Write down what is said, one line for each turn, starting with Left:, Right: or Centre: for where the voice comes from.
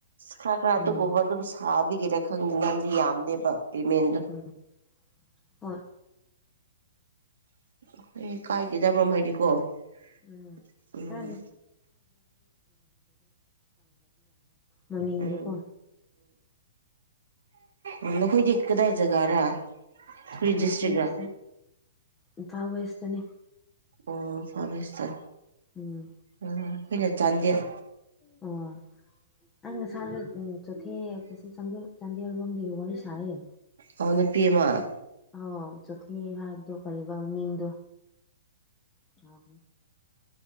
Right: ꯈꯔ ꯈꯔ ꯑꯗꯨꯒꯨꯝꯕ
Left: ꯎꯝ
Right: ꯑꯗꯨꯝ ꯁꯥꯕ ꯃꯤꯒꯤꯗ ꯈꯪꯅꯤꯡ ꯉꯥꯏꯗꯤ ꯌꯥꯝꯗꯦꯕ ꯄꯦꯃꯦꯟꯗꯣ
Left: ꯎꯝ ꯍꯣꯏ
Right: <unintelligible>
Left: <unintelligible>
Right: ꯎꯝ
Left: ꯌꯥꯔꯦ ꯃꯃꯤꯡꯗꯨꯀꯣ
Right: ꯎꯝ ꯎꯝ ꯅꯈꯣꯏꯗꯤ ꯀꯗꯥꯏ ꯖꯒꯥꯔꯥ ꯀꯔꯤ
Left: ꯑꯩꯈꯣꯏꯁꯦ
Right: ꯗꯤꯁꯇ꯭ꯔꯤꯛꯔꯥ
Left: ꯑꯁꯤ ꯏꯝꯐꯥꯜ ꯋꯦꯁꯇꯅꯤ
Right: ꯑꯣ ꯐꯥꯕꯤꯁꯇ
Left: ꯎꯝ
Right: ꯎꯝ ꯑꯩꯈꯣꯏꯅ ꯆꯥꯟꯗꯦꯜ
Left: ꯑꯣ ꯑꯩ ꯉꯁꯥꯏ ꯆꯣꯊꯦ ꯆꯥꯟ ꯆꯥꯟꯗꯦꯜꯔꯣꯝꯗꯒꯤꯒ ꯋꯥꯔꯤ ꯁꯥꯏꯌꯦ
Right: ꯑꯣ ꯅꯨꯄꯤ ꯑꯃ
Left: ꯑꯣ ꯆꯣꯊꯦ ꯍꯥꯏꯕꯗꯨ ꯀꯔꯤꯕ ꯃꯃꯤꯡꯗꯨ <unintelligible>